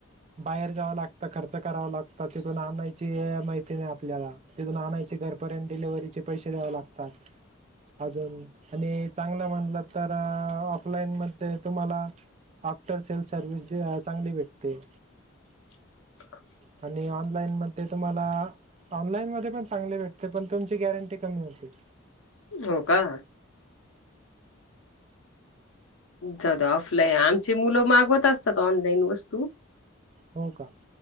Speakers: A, on the right; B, on the left.
A: बाहेर जावं लागत खर्च करावं लागत तिथून आणायची वेळ, माहिती नाही आपल्याला तिथून आणायचे घरपर्यंत डिलिव्हरीचे पैसे द्यावे लागतात. अजून आणि चांगलं म्हणलं तर ऑफलाईन मध्ये तुम्हाला आफ्टर सेल सर्विस जे हा चांगली भेटते
B: <unintelligible>
A: आणि ऑनलाईन मध्ये तुम्हाला ऑ ते पण चांगले भेटते, पण तुमची गॅरंटी कमी होते.
B: हो का जरा ऑफलाईन आमची मुलं मागवत असतात ऑनलाईन वस्तू.
A: हो का,